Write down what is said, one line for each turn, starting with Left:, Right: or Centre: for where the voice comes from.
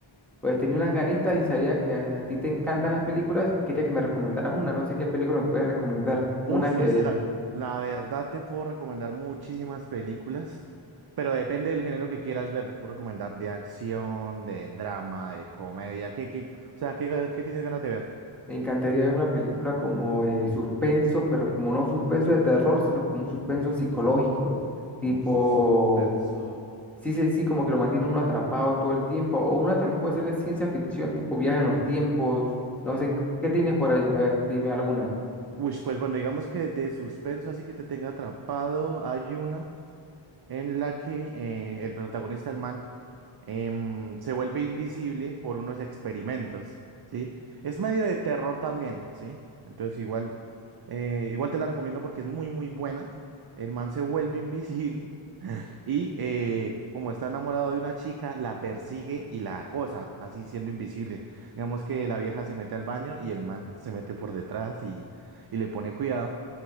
Centre: pues tenía unas ganitas y sabía que a, a ti te encantan las películas y quería que me recomendaras una. No sé qué película me puedes recomendar. Una
Right: Uf,
Centre: que
Right: pues la, la verdad te puedo recomendar muchísimas películas, pero depende del género que quieras ver. Te puedo recomendar de acción, de drama, de comedia. ¿Qué, qué, o sea, ¿qué, qué tienes ganas de ver?
Centre: me encantaría ver una película como eh, suspenso, pero como no suspenso de terror, sino como un suspenso psicológico, tipo
Right: Como suspenso.
Centre: Sí, sí, sí, como que lo mantiene uno atrapado todo el tiempo. O una también puede ser de ciencia ficción, tipo viaje en los tiempos. No sé, ¿qué tienes por ahí? A ver, dime alguna.
Right: Uy, pues bueno, digamos que de suspenso, así que te tenga atrapado, hay una en la que eh, el protagonista, el man, em, se vuelve invisible por unos experimentos, ¿sí? Es medio de terror también, ¿sí? Entonces igual, eh, igual te la recomiendo porque es muy, muy buena. El man se vuelve invisible <laughs> y eh, como está enamorado de una chica, la persigue y la acosa, así siendo invisible. Digamos que la vieja se mete al baño y el man se mete por detrás y, y le pone cuidado.